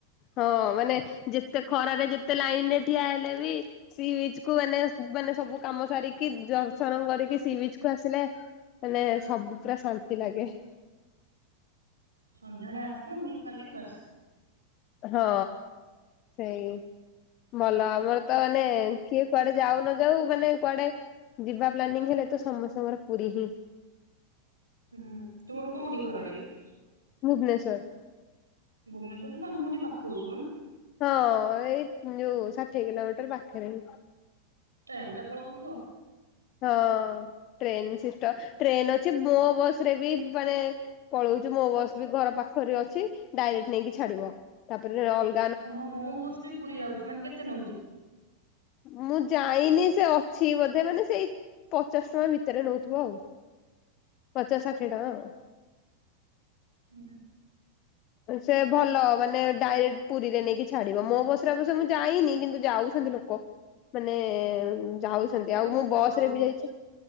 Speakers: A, on the left (about 35°); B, on the right (about 80°).
A: ହଁ ମାନେ ଯେତେ ଖରାରେ ଯେତେ ଲାଇନ୍ ରେ ଠିଆ ହେଲେ ବି ସି ବିଚ୍ କୁ ମାନେ ମାନେ ସବୁ କାମ ସାରିକି ଦର୍ଶନ କରିକି ସି ବିଚ୍ କୁ ଆସିଲେ ମାନେ ସବୁ ପୁରା ଶାନ୍ତି ଲାଗେ।
B: ସନ୍ଧ୍ୟାବେଳେ ଆସିବ ବୁଲିିବାଲିକି ବାସ୍।
A: ହଁ ସେଇ ଭଲ ଆମର ତ ମାନେ କିଏ କୁଆଡେ ଯାଉ ନ ଯାଉ ମାନେ କୁଆଡେ ଯିବା ପ୍ଲାନିଂ ହେଲେ ତ ସମସ୍ତଙ୍କର ପୁରୀ ହିଁ।
B: ହୁଁ ତୋର କୋଉଠି ଘର ଟାକି?
A: ଭୁବନେଶ୍ୱର
B: ଭୁବନେଶ୍ୱର୍ <unintelligible>
A: ହଁ ଏଇ ଯଉ ଷାଠିଏ କିଲୋମିଟର ପାଖରେ ହିଁ।
B: ଟ୍ରେନ୍ ରେ ପଳଉଥିବ।
A: ହଁ ଟ୍ରେନ୍ ସିଷ୍ଟ ଟ୍ରେନ୍ ଅଛି ମୋ ବଶ୍ ରେ ବି ମାନେ ପଳଉଛି ମୋ ବସ୍ ବି ଘର ପାଖରେ ଅଛି ଡାଇରେକ୍ଟ ନେଇକି ଛାଡିବ ତାପରେ ଅଲ୍
B: ଓହୋ ମୋ ବସ୍ ବି ପୁରୀ ଯାଉଛି ମାନେ କେତେ ନଉଛି?
A: ମୁଁ ଯାଇନି ସେ ଅଛି ବୋଧେ ମାନେ ସେଇ ପଚାଶ ଟଙ୍କା ଭିତରେ ନଉଥିବ ଆଉ ପଚାଶ ଷାଠିଏ ଟଙ୍କା ଆଉ।
B: ହୁଁ।
A: ସେ ଭଲ ମାନେ ଡାଇରେକ୍ଟ ପୁରୀରେ ନେଇକି ଛାଡିବ ମୋ ବସରେ ଅବଶ୍ୟ ମୁଁ ଯାଇନି କିନ୍ତୁ ଯାଉଛନ୍ତି ଲୋକ ମାନେ ଯାଉଛନ୍ତି
B: ମାନେ
A: ଆଉ
B: କିନ୍ତୁ
A: ମୁଁ ବସରେ
B: ଭଲ
A: ବି ଯାଇଛି।